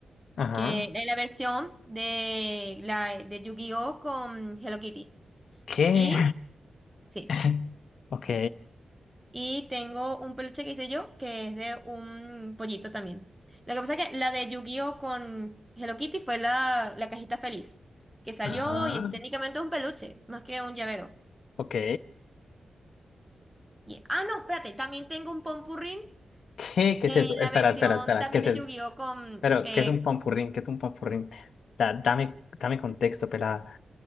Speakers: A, on the left; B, in the centre.
A: Ajá,
B: que es la versión de, la, de Yu-Gi-Oh! con Hello Kitty.
A: ¿Qué?
B: Y sí.
A: <laughs> Ok,
B: Y tengo un peluche que hice yo, que es de un pollito también. Lo que pasa es que la de Yu-Gi-Oh con Hello Kitty fue la, la cajita feliz, que salió
A: ajá,
B: y es técnicamente un peluche, más que un llavero.
A: ok.
B: Y- Ah, no, espérate, también tengo un Pompurrín,
A: ¿Qué? ¿Qué
B: eh,
A: es eso?
B: la
A: Espera,
B: versión
A: espera, espera.
B: también
A: ¿Qué es
B: de
A: eso?
B: Yu-Gi-Oh con...
A: Pero,
B: eh,
A: ¿qué es un pampurrín? ¿Qué es un pampurrín? Da- dame, dame contexto, pelada.